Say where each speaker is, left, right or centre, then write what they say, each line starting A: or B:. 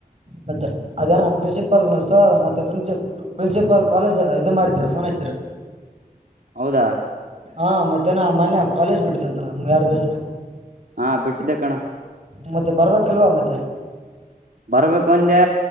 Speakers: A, on the right; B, on the right.
A: ಮತ್ತ ಅದನ ಪ್ರಿನ್ಸಿಪಾ ಸರ್ ಮತ್ತೆ ಪ್ರಿನ್ಸಿ ಪ್ರಿನ್ಸಿಪಾ ಕಾಲೇಜ ಇದು ಮಾಡಿದ್ರ ಫೋನ್ ಹಸ್ತರ
B: ಹೌದಾ
A: ಹಾ ಮತ್ತನ ಮೊನ್ಯ ಕಾಲೇಜ್ ಬಿಟ್ಟಿದ್ದಂತಲ್ಲ ಎರಡ್ ದಿವ್ಸ
B: ಹಾ ಬಿಟ್ಟಿದ್ದ ಕಣ
A: ಮತ್ತೆ ಬರ್ಬೇಕಲ್ವಾ ಮತ್ತೆ
B: ಬರ್ಬೇಕು ಒಂದೆ